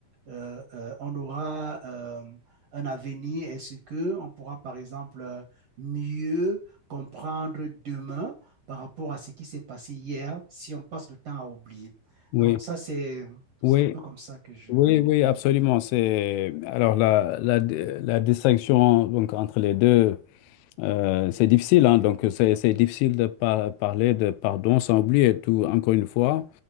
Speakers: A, on the right; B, on the left.
A: euh, euh, on aura euh, un avenir Est-ce que on pourra, par exemple, mieux comprendre demain par rapport à ce qui s'est passé hier si on passe le temps à oublier
B: Oui,
A: Donc ça, c'est
B: oui,
A: c'est un peu comme ça que je
B: oui, oui, absolument. C'est alors la, la, la distinction donc entre les deux, euh, c'est difficile. hein. donc c'est c'est difficile de par- parler de pardon sans oublier tout. Encore une fois,